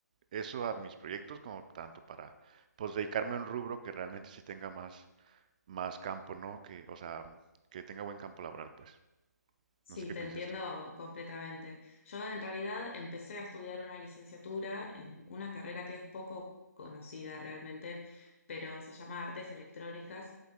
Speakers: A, on the right (about 25°); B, on the left (about 45°).
A: eso a mis proyectos como tanto para pues dedicarme a un rubro que realmente sí tenga más, más campo, ¿no? Que, o sea, que tenga buen campo laboral, pues.
B: Sí,
A: No sé qué
B: te
A: piensas
B: entiendo
A: tú.
B: completamente. Yo en realidad empecé a estudiar una licenciatura en una carrera que es poco conocida realmente, pero se llama Artes Electrónicas,